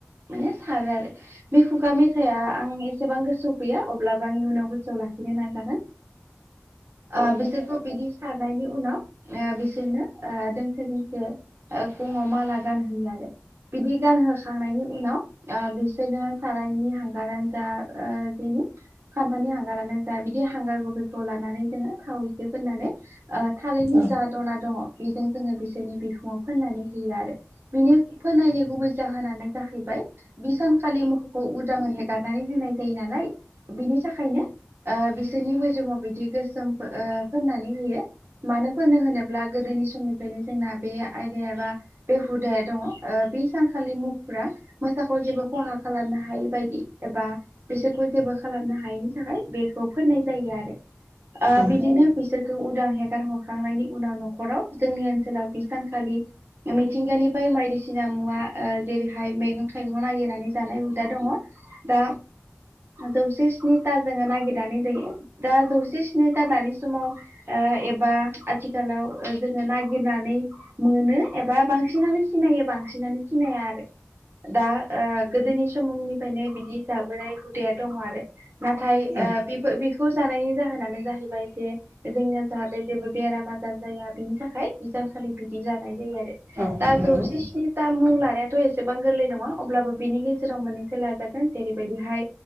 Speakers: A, on the right; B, on the right.
A: माने सारो आरो बे खुगा मेथाइआ आं एसेबां गोसोआव गैया अब्लाबो आं इयुनाव गोसोआव लाखि नो नाजागोन
B: <inaudible>
A: ओ बिसोरखौ बिदि सारनायनि उनाव ओ बिसोरनो दोंसे दोंसे गङाव माला गानहोयो आरो बिदि गानहोखांनायनि उनाव ओ बिसोरनो सारायनि हांगारानो जा ओ बेनि खान्थालानि हांगारानो जा बिदि हांगार गुबैखौ लानानै जोङो थाव एसे फोननानै ओ थालिरनि
B: नंगौ औ
A: जा दना दङ बेजों जोङो बिसोरनि बिखुङाव फोननानै होयो आरो बिनि फोननायनि गुबै जाहोनानो जाहैबाय बि सानखालि मोसौखौ उदाङै हेगारनानै होनाय जायो नालाय बिनि थाखायनो ओ बिसोरनि मोजोमाव बिदि गोसोम ओ फोननानै होयो मानो फोनो होनोब्ला गोदोनि समनिफ्रायनो जोंना बे आयदाया बा बे हुदाया दङ बि सानखालि मु मोसाखौ जेबो खहा खालामनो हायै बायदि एबा बिसोरखौ जेबो खालामनो हायैनि थाखाय <unintelligible> बेखौ फोननाय जायो आरो ओ
B: औ
A: बिदिनो बिसोर उदां हेगार हरखांनायनि उनाव न'खराव जोंनि ओनसोलाव बे सानखालि मिथिंगानिफ्राय बायदिसिना मुवा ओ जेरैहाय मैगं थाइगं नागिरनानै जानाय हुदा दङ दा जौसे स्निथा जोङो नागिरनानै जायो दा जौसे स्निथा दानि समाव ओ एबा आथिखालाव जोङो नागिरनानै मोनो एबा बांसिनानो सिनायो बांसिनानो सिनाया आरो दा ओ गोदोनि समनिफ्रायनो बिदि जाबोनाय हुदाया दङ आरो नाथाय
B: औ
A: ओ बेखौ जानायनि जाहोनानो जाहैबाय जे जोंनिया जाहाथे जेबो बेराम आजार जाया बिनि थाखाय बिसानखालि बिदि जानाय जायो आरो
B: नंगौ
A: दा जौसे स्निथा मुं लानाय थ' एसेबां गोरलै नङा अब्लाबो बिनि गेजेराव मोननैसो लाजागोन जेरैबायदिहाय